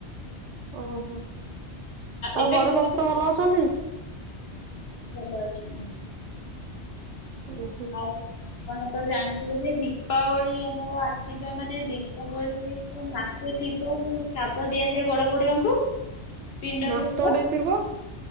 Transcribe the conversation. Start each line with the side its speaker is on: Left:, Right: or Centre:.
Right: ଓହୋ ଆଉ
Left: ଏବେ
Right: ଘରେ
Left: କ୍ଲିୟର
Right: ସମସ୍ତେ
Left: ଶୁଭୁଛି?
Right: ଭଲ ଅଛନ୍ତି?
Left: ଭଲ ଅଛନ୍ତି।
Right: ଉଁ। ହୁଁ
Left: ଆଉ ଆପଣ ତ ଜାଣିଥିବେ ଯେ ଦୀପାବଳି ଆମର ଆସିବା ମାନେ ଦୀପାବଳି ମାସେ ଥିବ ଯୋଉ ଶ୍ରାଦ୍ଦ ଦିଆଯାଏ, ବଡ ବଡୁଆଙ୍କୁ ପିଣ୍ଡ
Right: ମାସଟେ
Left: ଦିଆଯାଏ।
Right: ଥିବ